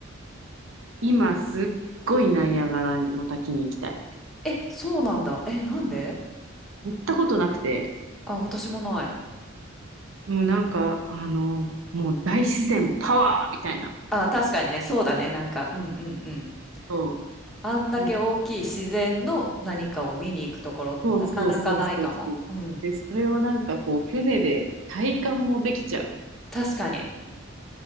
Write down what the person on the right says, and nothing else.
今すっごいナイアガラの滝に行きたい。
行ったことなくて、
もうなんか、あの、もう大自然パワーみたいな。
そ
う。うんそうそうそうそうそう。
で、それをなんかこう、船で体感もできちゃう。